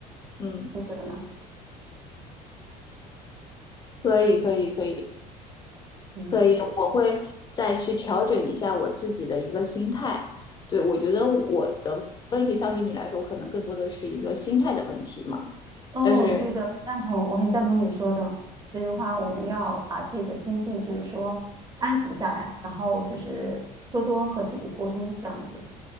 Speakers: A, on the left (about 20°); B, on the right (about 20°).
A: 嗯，
B: 你觉得呢？
A: 可以可以可以。
B: 嗯
A: 可以，我会再去调整一下我自己的一个心态。对，我觉得我的问题相比你来说，我可能更多的是一个心态的问题嘛。
B: 哦，
A: 但是
B: 对的，赞同，我很赞同你说的。所以的话，我们要把自己的心境，就是说安抚下来，然后就是多多和自己沟通，这样子，